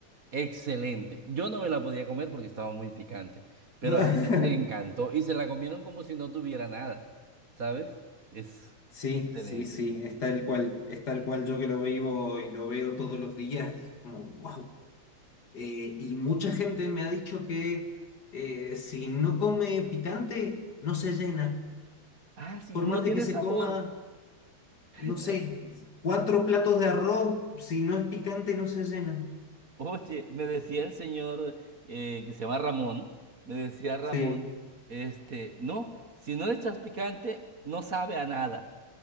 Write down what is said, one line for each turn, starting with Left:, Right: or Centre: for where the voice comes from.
Right: Excelente. Yo no me la podía comer porque estaba muy picante, pero
Left: <laughs>
Right: a ellos les encantó y se la comieron como si no tuviera nada, ¿sabes? Es
Left: Sí,
Right: excelente,
Left: sí, sí,
Right: sí,
Left: es
Right: sí.
Left: tal cual, es tal cual yo que lo vivo y lo veo todos los días, es como, wow. y mucha gente me ha dicho que eh, si no come picante, no se llena.
Right: Ah, sí,
Left: Por
Right: no
Left: más
Right: tiene
Left: de que se
Right: sabor.
Left: coma,
Right: <laughs>
Left: no sé, cuatro platos de arroz, si no es picante, no se llena.
Right: Oye, me decía el señor eh, que se llama Ramón, me decía Ramón,
Left: Sí.
Right: este, no, si no le echas picante, no sabe a nada.